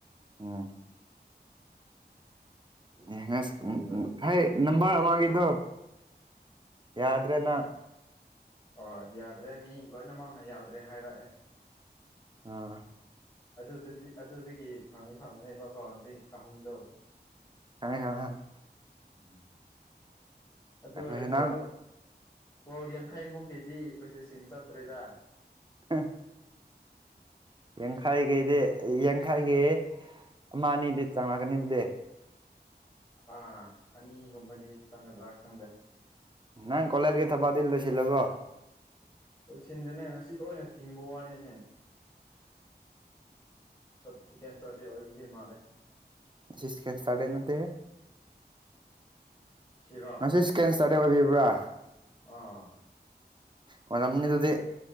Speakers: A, on the right (about 25°); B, on the left (about 20°).
A: ꯎꯝ <unintelligible>
B: ꯁꯤꯡꯗꯤ ꯂꯣꯏꯗꯤ ꯂꯣꯏꯈ꯭ꯔꯅꯤ
A: ꯍꯥꯏ ꯅꯝꯕꯔ ꯑꯃꯒꯤꯗꯣ ꯌꯥꯗ꯭ꯔꯦ ꯅꯪ
B: ꯑ ꯌꯥꯗ꯭ꯔꯦ ꯃꯤ ꯂꯣꯏꯅꯃꯛꯅ ꯌꯥꯗ꯭ꯔꯦ ꯍꯥꯏꯔꯛꯑꯦ
A: ꯑ
B: ꯑꯗꯨꯗꯗꯤ ꯑꯗꯨꯗꯒꯤ ꯐꯪꯅꯤ ꯐꯪꯕꯅꯦꯕꯀꯣ ꯍꯧꯖꯤꯛ ꯑꯍꯨꯝꯗꯣ
A: <unintelligible>
B: ꯎꯝ ꯑꯗꯨ
A: ꯑꯩꯈꯣꯏ
B: ꯑꯣꯏꯔꯁꯨ
A: ꯅꯪ
B: ꯀꯣꯜ ꯌꯥꯡꯈꯩ ꯃꯨꯛꯀꯤꯗꯤ ꯄꯔꯣꯁꯦꯁꯤꯡ ꯆꯠꯇ꯭ꯔꯦꯗ
A: <unintelligible>
B: <inaudible>
A: ꯌꯥꯡꯈꯥꯏꯒꯤꯗꯤ ꯌꯥꯡꯈꯥꯏꯒꯤ ꯑꯃ ꯑꯅꯤꯗꯤ ꯆꯥꯉꯛꯀꯅꯤ ꯑꯗꯨꯗꯤ
B: ꯑꯥ ꯑꯅꯤꯒꯨꯝꯕꯗꯤ ꯆꯪꯒꯗ꯭ꯔꯥ ꯈꯪꯗꯦ
A: ꯅꯪ ꯀꯣꯂꯦꯖꯒꯤ ꯊꯕꯛꯇꯤ ꯂꯣꯏꯁꯤꯜꯂꯕꯣ
B: ꯂꯣꯏꯁꯤꯟꯗꯦꯅꯦ ꯉꯁꯤ ꯂꯣꯏꯅ ꯊꯤꯡꯕ ꯋꯥꯅꯤꯅꯦ ꯁꯠ ꯁꯦꯀꯦꯟꯁꯔꯗꯦ ꯑꯣꯏꯕꯒꯤ ꯃꯥꯜꯂꯦ
A: <unintelligible> ꯅꯠꯇꯦ
B: ꯁꯤꯔꯣ
A: ꯉꯁꯤ ꯏꯁ꯭ꯀꯦꯟꯁꯠ ꯑꯣꯏꯕꯤꯕ꯭ꯔꯥ
B: ꯑꯥ
A: ꯑꯣꯔꯝꯅꯤ ꯑꯗꯨꯗꯤ